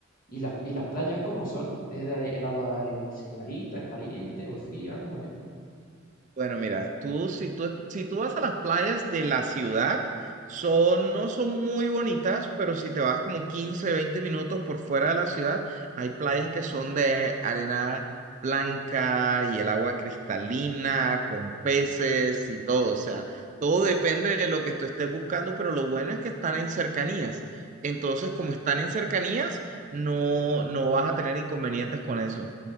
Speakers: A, on the left; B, on the right.
A: ¿Y las, y las playas cómo son? ¿Es de- ¿El agua es clarita, es caliente o es fría? ¿Cómo es?
B: Bueno, mira, tú si tú si tú vas a las playas de la ciudad, son no son muy bonitas, pero si te vas como 15 20 minutos por fuera de la ciudad, hay playas que son de arena blanca y el agua cristalina con peces y todo, o sea, todo depende de lo que tú estés buscando, pero lo bueno es que están en cercanías. Entonces, como están en cercanías, no no vas a tener inconvenientes con eso.